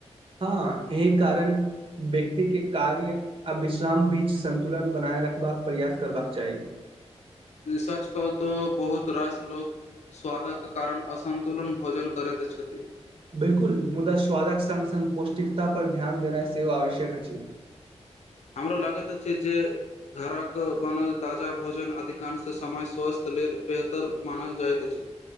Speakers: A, on the right; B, on the left.
A: हँ यही कारण व्यक्ति के कार्य आ विश्राम बीच संतुलन बनाए रखबाक प्रयास करबाक चाही।
B: सच कहू तो बहुत रास लोक स्वादक कारण असन्तुलन भोजन करैत छथि।
A: बिलकुल मुदा स्वादक संग संग पौष्टिकता पर ध्यान देनाइ सेहो आवश्यक अछि।
B: हमरा लागत अछि जे घरक बनल ताजा भोजन अधिकांश समय स्वास्थ्य लेल बेहतर मानल जाइत अछि।